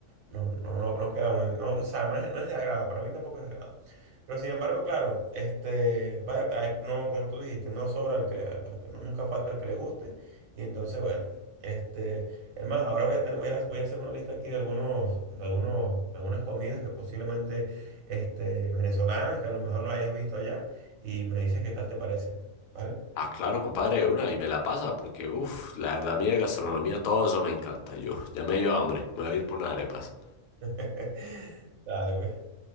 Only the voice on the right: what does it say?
no, no, no, no queda muy, no, o sea, no es, no es de agrado, para mí tampoco es de agrado. Pero sin embargo, claro, este, va de- ah, no, como tú dijiste, no sobra el que, al que- nunca falta el que le guste. Y entonces, bueno, este, es más, ahora voy a tener, voy a, voy a hacer una lista aquí de algunos, de algunos, de algunas comidas que posiblemente, este, venezolanas, que a lo mejor lo hayas visto allá, y me dice qué tal te parecen, ¿vale?
<laughs> Dale, pues.